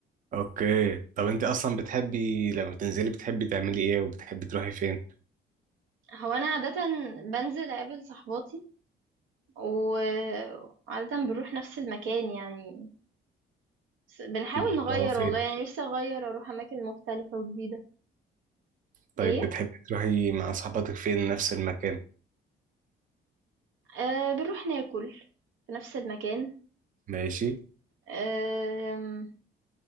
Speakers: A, on the right (about 40°); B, on the right (about 85°).
A: اوكي طب انت اصلا بتحبي لما بتنزلي بتحبي تعملي ايه وبتحبي تروحي فين
B: هو انا عاده بنزل اقابل صحباتي وعادة بنروح نفس المكان يعني بس بنحاول
A: اللي
B: نغير
A: هو فين
B: والله يعني نفسي أغير أروح أماكن مختلفة وجديدة
A: طيب
B: إيه
A: بتحبي تروحي مع صحباتك فين نفس المكان
B: أه بنروح ناكل في نفس المكان
A: ماشي
B: أه